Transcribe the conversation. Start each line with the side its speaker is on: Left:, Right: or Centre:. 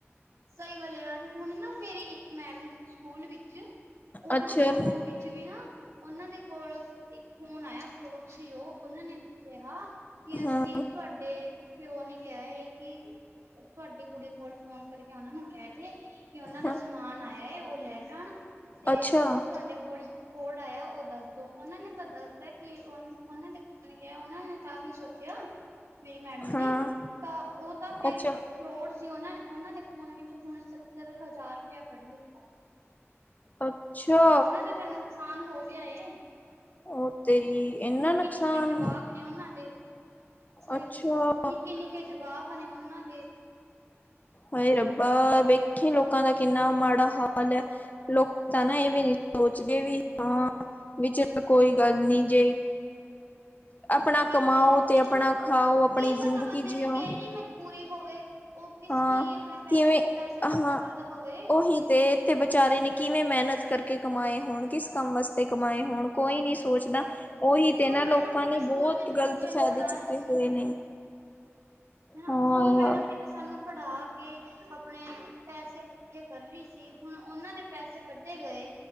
Right: ਸਈ ਗੱਲ ਯਾਰ ਹੁਣ ਨਾ ਮੇਰੀ ਇੱਕ ਮੈਡਮ ਸੀ ਸਕੂਲ ਵਿੱਚ ਉਨਾਂ
Left: ਅੱਛਾ
Right: ਦੇ ਫੋਨ ਵਿੱ ਚ ਵੀ ਨਾ ਓਨਾਂ ਦੇ ਕੋਲ ਇੱਕ ਫੋਨ ਆਇਆ ਫਰੋਡ ਸੀ ਓ ਓਨਾਂ ਨੇ ਕਿਹਾ ਕੀ
Left: ਹਾਂ
Right: ਅਸੀਂ ਤੁਹਾਡੇ ਪਿਓ ਨੇ ਕਿਆ ਏ ਕੀ ਤੁਹਾਡੀ ਕੁੜੀ ਕੋਲ ਫੋਨ ਕਰਕੇ ਓਨਾਂ ਨੂੰ ਕੈ ਦੇ ਕੀ ਓਨਾਂ ਦਾ
Left: ਹਾਂ
Right: ਸਮਾਨ ਆਇਆ ਏ ਓ ਲੈ ਜਾਣ ਤੇ
Left: ਅੱਛਾ
Right: ਤੁਹਾਡੇ ਕੋਲ ਈ ਕੋਡ ਆਇਆ ਓ ਦੱਸ ਦੋ ਓਨਾਂ ਨੇ ਤਾਂ ਦਸਤਾ ਕੀ ਉਨਾਂ ਦੇ <unintelligible> ਨੇ ਕਿਹਾ ਹੋਣਾ ਤਾਂ ਹੀ ਸੋਚਿਆ। ਮੇਰੀ ਮੈਡਮ
Left: ਹਾਂ
Right: ਨੇ, ਤਾਂ ਓ ਤਾਂ ਫੇਰ
Left: ਅੱਛਾ
Right: ਇੱਕ ਫਰੋਡ ਸੀ ਓਨਾਂ-ਓਨਾਂ ਦੇ ਫੋਨ ਵਿੱਚ ਹੁਣ ਸੱਤਰ ਹਜ਼ਾਰ ਰੁਪਇਆ ਕੱਢ ਲਿੱਤਾ।
Left: ਅੱਛਾ
Right: ਓਨਾਂ ਦਾ ਤਾਂ ਨੁਕਸਾਨ ਹੋ ਗਿਆ ਏ।
Left: ਓ ਤੇਰੀ। ਇੰਨਾ
Right: ਨਿੱਕੇ-ਨਿੱਕੇ
Left: ਨੁਕਸਾਨ
Right: ਜਵਾਕ ਨੇ ਓਨਾਂ ਦੇ ਸਈ
Left: ਅੱਛਾ
Right: ਗੱਲ ਨਿੱਕੇ-ਨਿੱ ਕੇ ਜਵਾਕ ਨੇ ਓਨਾਂ ਦੇ।
Left: ਹਾਏ ਰੱਬਾ ਵੇਖੀ ਲੋਕਾਂ ਦਾ ਕਿੰਨਾ ਮਾੜਾ ਹਾਲ ਐ। ਲੋਕ ਤਾਂ ਨਾ ਏ ਵੀ ਨੀ ਸੋਚਦੇ ਵੀ ਹਾਂ ਵੀ ਚਲ ਕੋਈ ਗੱਲ ਨੀ ਜੇ
Right: <inaudible>
Left: ਆਪਣਾ
Right: ਕੀ
Left: ਕਮਾਓ ਤੇ
Right: ਤੈਨੂੰ
Left: ਆਪਣਾ ਖਾਓ ਆਪਣੀ
Right: ਕੀ
Left: ਜ਼ਿੰਦਗੀ
Right: ਪਤਾ ਬੰਦੇ
Left: ਜੀਓ
Right: ਦੀ ਕੇੜੀ ਮਜਬੂਰੀ ਹੋਵੇ। ਓ ਕਿਸ
Left: ਹਾਂ
Right: ਲਈ ਆਪਣੇ ਪੈ
Left: ਕਿਵੇਂ
Right: ਪੈਸੇ ਕੱਠਾ
Left: ਹਾਂ
Right: ਕਰਦਾ ਹੋਵੇ।
Left: <unintelligible> ਤੇ। ਤੇ ਵਿਚਾਰੇ ਨੇ ਕਿਵੇਂ ਮੇਹਨਤ ਕਰਕੇ ਕਮਾਏ ਹੋਣ ਕਿਸ ਕੰਮ ਵਾਸਤੇ ਕਮਾਏ ਹੋਣ। ਕੋਈ ਨੀ ਸੋਚਦਾ
Right: ਸਹੀ ਗੱਲ
Left: ਓਹੀ ਤੇ
Right: ਹੁਣ
Left: ਨਾ
Right: ਮੈਡਮ
Left: ਲੋਕਾਂ
Right: ਵੀ
Left: ਨੇ
Right: ਤਾਂ ਸਕੂਲ
Left: ਬੋਤ
Right: ਵਿੱਚ
Left: ਗ਼ਲਤ
Right: ਬੱਚਿਆਂ ਨੂੰ
Left: ਫੇਦੇ
Right: ਪੜ੍ਹਾ
Left: ਚੁੱਕੇ
Right: ਰਹੀ ਸੀ
Left: ਹੋਏ ਨੇ।
Right: ਹਨਾ
Left: ਹਾਂ
Right: ਹੁਣ ਮੈਡਮ
Left: ਯਾਰ
Right: ਤੇ ਸਾਨੂੰ ਪੜ੍ਹਾ ਕੇ ਆਪਣੇ ਪੈਸੇ ਕੱਠੇ ਕਰ ਰੀ ਸੀ ਹੁਣ ਓਨਾਂ ਦੇ ਪੈਸੇ ਕੱਢੇ ਗਏ